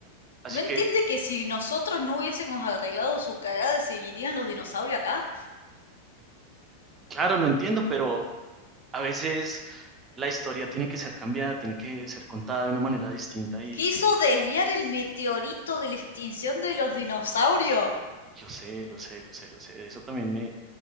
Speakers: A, on the right; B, on the left.
A: Así
B: ¿No entiende
A: que,
B: que si nosotros no hubiésemos arreglado su cagada seguirían los dinosaurios acá?
A: claro, lo entiendo, pero a veces la historia tiene que ser cambiada, tiene que ser contada de una manera distinta y
B: Quiso desviar el meteorito de la extinción de los dinosaurios.
A: Lo sé, lo sé, lo sé, lo sé. De eso también me,